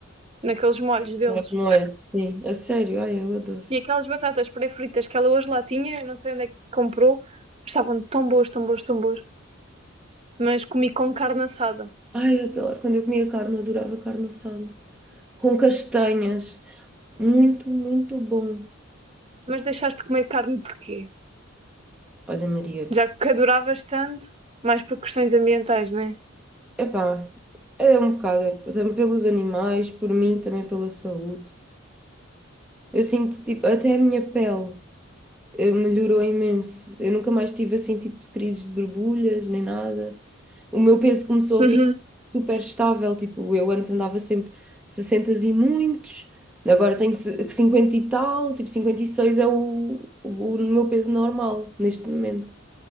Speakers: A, on the right (about 30°); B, in the centre.
A: naqueles molhos deles.
B: Agora com molho, Sim, a sério. Ai, eu adoro.
A: E aquelas batatas pré-fritas que ela hoje lá tinha, não sei onde é que comprou, estavam tão boas, tão boas, tão boas. Mas comi com carne assada.
B: Ai, eu adoro. Quando eu comia carne, adorava carne assada. com castanhas. Muito, muito bom.
A: Mas deixaste de comer carne porquê?
B: Olha, Maria,
A: Já que adoravas tanto, mais por questões ambientais, não é?
B: epá, é um bocado, é, também pelos animais, por mim, também pela saúde. Eu sinto, tipo, até a minha pele eh, melhorou imenso. Eu nunca mais tive, assim, tipo, de crises de borbulhas, nem nada. O meu peso começou
A: Uhum.
B: a ficar super estável, tipo, eu antes andava sempre 60 e muitos, agora tenho c- 50 e tal, tipo, 56 é o, o, o meu peso normal, neste momento.